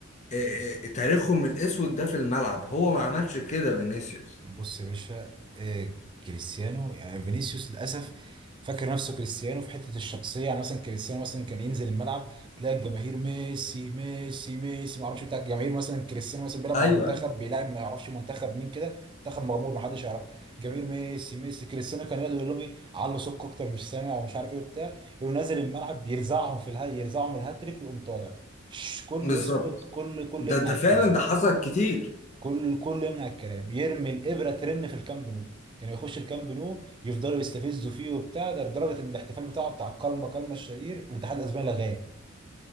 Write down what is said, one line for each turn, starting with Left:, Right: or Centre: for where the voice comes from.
Left: آه، آه، تاريخهم الاسود ده في الملعب هو ما عملش كده فينيسيوس
Right: بص يا باشا آه، كريستيانو يعني فينيسيوس للاسف فاكر نفسه كريستيانو في حته الشخصيه يعني مثلا كريستيانو مثلا كان ينزل الملعب تلاقي الجماهير ميسي ميسي ميسي ما اعرفش بتاع الجماهير مثلا كريستيانو مثلا بيلعب
Left: ايوه
Right: مع المنتخب
Left: ايوه
Right: بيلعب ما يعرفش منتخب مين كده منتخب مغمور ما حدش يعرف جماهير ميسي ميسي كريستيانو كان يقعد يقول لهم ايه علوا سك اكتر مش سامع ومش عارف ايه وبتاع يقوم نازل الملعب يرزعهم في الها يرزعهم الهاتريك ويقوم طالع شش، كله
Left: بالظبط
Right: يسكت كله كله
Left: ده
Right: يمنع
Left: ده فعلا
Right: الكلام
Left: ده حصل كتير
Right: كل كل يمنع الكلام يرمي الابره ترن في الكامب نو كانوا يخش الكامب نو يفضلوا يستفزوا فيه وبتاع ده لدرجه ان الاحتفال بتاعه بتاع كلمه كلمه الشهير الاتحاد الاسباني لغاه